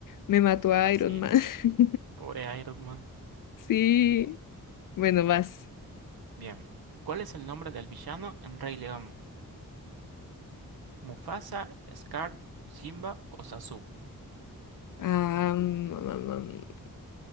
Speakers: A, on the left; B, on the right.
A: Me mató a
B: sí.
A: Iron Man. <laughs>
B: Pobre Iron Man.
A: Sí. Bueno, vas.
B: Bien. ¿Cuál es el nombre del villano en Rey León? ¿Mufasa, Scar, Simba o Sasu?
A: Ah, mm, mm, mm.